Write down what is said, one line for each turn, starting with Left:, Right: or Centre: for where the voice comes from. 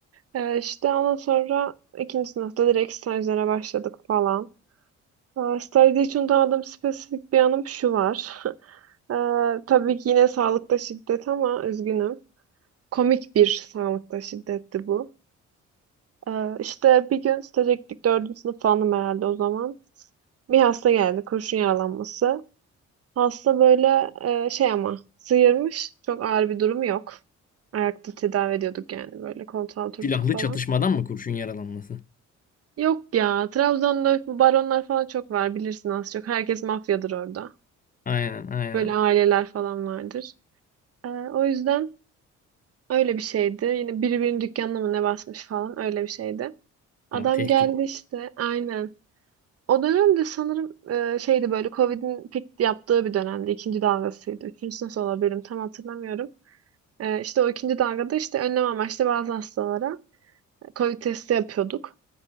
Right: Ee, işte ondan sonra ikinci sınıfta direkt stajlara başladık falan. Ee, stajda hiç unutamadığım spesifik bir anım şu var. <laughs> Ee, tabii ki yine sağlıkta şiddet ama üzgünüm. Komik bir sağlıkta şiddetti bu. Ee, işte bir gün staja gittik. Dördüncü sınıf falanım herhalde o zaman. Bir hasta geldi. Kurşun yaralanması. Hasta böyle e, şey ama sıyırmış. Çok ağır bir durumu yok. Ayakta tedavi ediyorduk yani böyle koltuğa oturttuk
Left: Silahlı
Right: falan.
Left: çatışmadan mı kurşun yaralanması?
Right: Yok ya Trabzon'da bu baronlar falan çok var bilirsin az çok. Herkes mafyadır orada.
Left: Aynen aynen.
Right: Böyle aileler falan vardır. Ee, o yüzden öyle bir şeydi. Yine birbirinin dükkanına mı ne basmış falan öyle bir şeydi. Adam
Left: Ha, tehdit.
Right: geldi işte aynen. O dönem de sanırım e, şeydi böyle Covid'in pik yaptığı bir dönemdi. İkinci dalgasıydı. Üçüncüsü nasıl olabilirim tam hatırlamıyorum. E, işte o ikinci dalgada işte önlem amaçlı bazı hastalara Covid testi yapıyorduk.